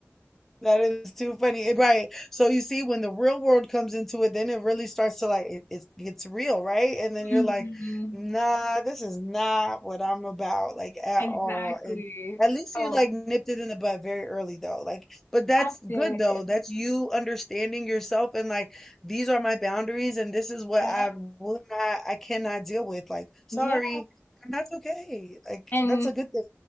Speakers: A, in the centre; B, on the left.
A: That is too funny. It- Right. So you see, when the real world comes into it, then it really starts to like it, it gets real, right? And then you're
B: Mhm.
A: like, nah, this is not what I'm about, like at
B: Exactly.
A: all. And at least
B: So
A: you like nipped it in the bud very early though. Like, but that's
B: I did.
A: good though. That's you understanding yourself and like these are my boundaries and this is what
B: Yeah.
A: I will not, I cannot deal with. Like, sorry.
B: Yeah.
A: And that's okay. Like,
B: And
A: that's a good thing.